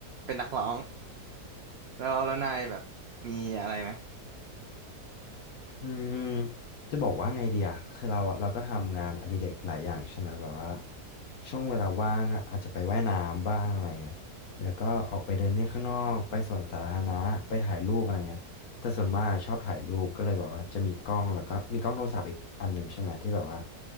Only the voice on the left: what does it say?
อืมจะบอกว่าไงเดียคือเราอะเราก็ทำงานอดิเรกหลายอย่างใช่ไหมแบบว่าช่วงเวลาว่างอะอาจจะไปว่ายน้ำบ้างอะไรเงี้ยแล้วก็ออกไปเดินเล่นข้างนอกไปสวนสาธารณะไปถ่ายรูปอะไรเงี้ยแต่ส่วนมากอะชอบถ่ายรูปก็เลยแบบว่าจะมีกล้องแล้วก็มีกล้องโทรศัพท์อีกอันหนึ่งใช่ไหมที่แบบว่า